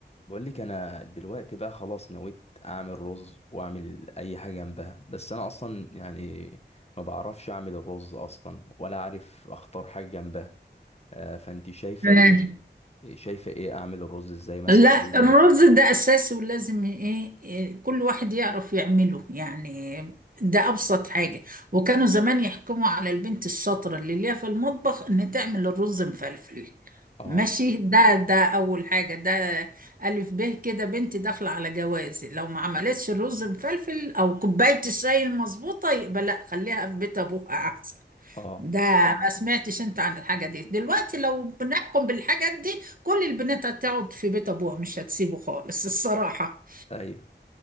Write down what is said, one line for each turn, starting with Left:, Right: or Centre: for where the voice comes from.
Left: بقول لك انا دلوقتي بقى خلاص نويت اعمل رز واعمل اي حاجه جنبها بس انا اصلا يعني ما بعرفش اعمل الرز اصلا ولا عارف اختار حاجه جنبها آه فانت شايفه
Right: آه.
Left: ايه شايفه ايه اعمل الرز ازاي مثلا
Right: لا
Left: قولي لي
Right: الرز ده أساسي ولازم إيه إيه، كل واحد يعرف يعمله يعني ده أبسط حاجة وكانوا زمان يحكموا على البنت الشاطرة اللي ليها في المطبخ إن تعمل الرز مفلفل
Left: اه
Right: ماشي ده ده أول حاجة ده ألف ب كده بنتي داخلة على جوازي لو ما عملتش الرز مفلفل أو كوباية الشاي المظبوطة يبقى لا خليها في بيت أبوها أحسن
Left: اه
Right: ده ما سمعتش انت عن الحاجة دي دلوقتي لو بنحكم بالحاجات دي كل البنات هتقعد في بيت ابوها مش هتسيبه خالص <laughs> الصراحة
Left: ايوه